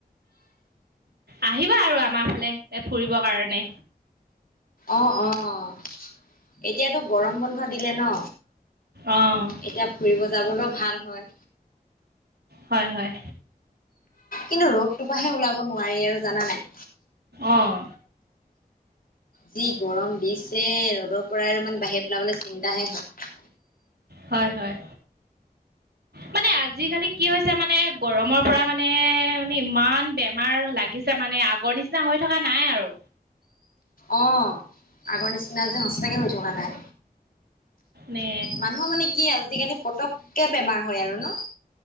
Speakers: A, on the right; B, on the left.
A: আহিবা আৰু আমাৰ ফালে ফুৰিবৰ কাৰণে
B: অ', অ', এতিয়াতো গৰম বন্ধ দিলে ন
A: অ',
B: এতিয়া ফুৰিব যাবলৈ ভাল হয়
A: হয়, হয়
B: কিন্তু ৰ'দটোৰ পৰাহে ওলাব নোৱাৰি আৰু জানা নাই
A: অ',
B: যি গৰম দিছে ৰ'দৰ পৰাই ইমান বাহিৰত ওলাবলৈ চিন্তাহে হয়
A: হয়, হয় মানে আজিকালি কি হৈছে মানে গৰমৰ পৰা মানে মানে ইমান বেমাৰ লাগিছে মানে আগৰ নিচিনা হৈ থকা নাই আৰু
B: আহ আগৰ নিচিনা যে সচাকে হৈ থকা নাই
A: নে
B: মানুহৰ মানে কি আজিকালি পতককে বেমাৰ হয় আৰু ন